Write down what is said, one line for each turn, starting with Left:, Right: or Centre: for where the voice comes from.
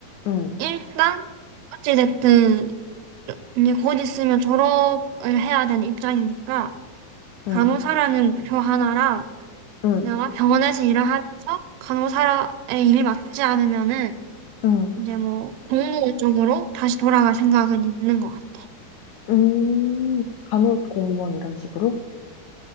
Left: 응,
Right: 일단 어찌됐든 이제 곧 있으면 졸업을 해야 되는 입장이니까 간호사라는
Left: 응,
Right: 목표 하나랑
Left: 응,
Right: 내가 병원에서 일을 하면서 간호사의 일이 맞지 않으면은
Left: 응.
Right: 이제 뭐 공무원 쪽으로 다시 돌아갈 생각은 있는 것 같아.
Left: 음, 간호 공무원 이런 식으로?